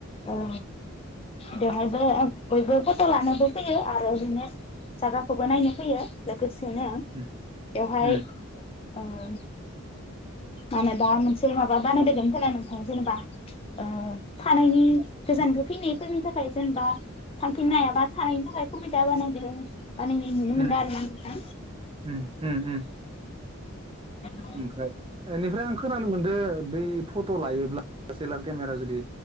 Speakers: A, on the left (about 25°); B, on the right (about 25°).
A: ओ बेवहायबो बयबो फथ' लानोबो फैयो आरो बिदिनो जायगाखौबो नायनो फैयो। लोगोसेनो
B: उम
A: बेवहाय
B: उम
A: ओम मा होनो दा मोनसे माबा बानायबावदों खोनादों जेनेबा ओ थानायनि गोजाननिफ्राय फैनायफोरनि थाखाय जेनेबा थांफिननो हायाबा थानायनि थाखाय सुबिदा बानायदों। बानायनाय नुनो
B: उम
A: मोनदों आरोना नोंथां।
B: उम उम उम
A: <unintelligible>
B: ओमफ्राय एनिफ्राय आं खोनानो मोन्दों बै फट' लायोब्ला सेलार केमेरा जुदि